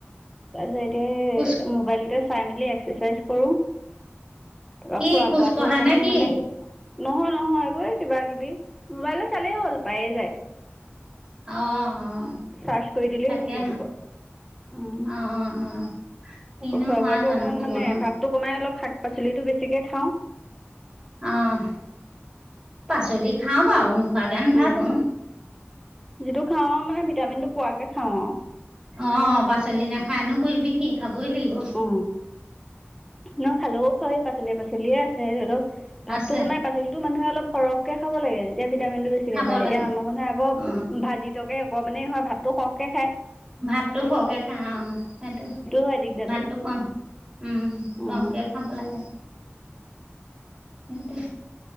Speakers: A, in the centre; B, on the right.
A: তাৰিছত এতিয়া
B: খোজ
A: মোবাইলতে চাই মেলি এক্সাৰচাইজ কৰিম <unintelligible> তাৰপা
B: কি
A: খোৱা
B: খোজ
A: বোৱা
B: কঢ়া
A: অকমান
B: নে কি
A: মানে নহয় নহয় এইবো কিবা কিবি মোবাইলত চালেই হ'ল পায়ে যায়
B: অ অ
A: চাৰ্চ কৰি দিলেই
B: তাকে
A: হ'ল ইউটিউবত উ
B: অ অ কিনো
A: তাৰ খোৱা
B: হয়
A: বোৱাটো
B: জানো
A: অকণমান
B: ক'ব
A: মানে
B: নোৱাৰো
A: ভাতটো কমাই অলপ শাক পাচলিটো বেছিকে খাওঁ
B: আহ পাচলি খাওঁ বাৰু নোখোৱাকে নেথাকো
A: উম যিটো খাও আৰু মানে ভিটামিন টো পোৱাকে খাও
B: অ পাচলি নাখায়নো কৰিবি কি খাবই লাগিব
A: অ নহ খালেও <unintelligible> পাচলি পাচলিয়ে আছে ধৰক ভাপটো
B: আছে
A: কমাই পাচলিতো মানুহে অলপ সৰহকে খাব লাগে তেতিয়া ভিটামিন টো বেছিকে
B: খাব
A: পায়
B: লাগে
A: এতিয়া আমাৰ মানুহ আকৌ
B: অ
A: ভাজি তৰকাৰি অকমানে হয় ভাতটো সহকে খায়
B: ভাতটো সকে খাই অ সেইটো
A: হয় দিগদাৰটো
B: ভাততো কম উম
A: উম
B: কমকে খাব লাগে। সেইটো